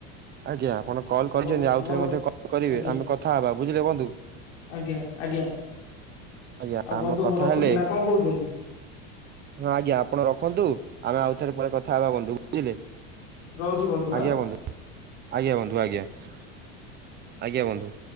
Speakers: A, on the right (about 30°); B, on the left (about 80°).
A: ଆଜ୍ଞା ଆପଣ କଲ୍ କରିଚନ୍ତି
B: ଆମ
A: ଆଉ
B: ଆମର
A: ଥରେ ମଧ୍ୟ କଲ୍ କରିବେ
B: ଆଜ୍ଞା
A: ଆମେ କଥ ଥା ହବା ବୁଝିଲେ ବନ୍ଧୁ।
B: ଆଜ୍ଞା ଆଜ୍ଞା
A: ଆଜ୍ଞା
B: ଆଉ
A: ଆମେ
B: ବନ୍ଧୁ
A: କଥା
B: ମୁଁ ରଖୁଛି
A: ହେଲେ
B: ନା କଣ କହୁଛନ୍ତି
A: ହଁ ଆଜ୍ଞା ଆପଣ ରଖନ୍ତୁ ଆମେ ଆଉଥରେ ପରେ କଥା ହେବା ବନ୍ଧୁ ବୁଝିଲେ।
B: ରହୁଛି
A: ଆଜ୍ଞା
B: ଆଁ
A: ବନ୍ଧୁ ଆଜ୍ଞା ବନ୍ଧୁ ଆଜ୍ଞା ଆଜ୍ଞା ବନ୍ଧୁ।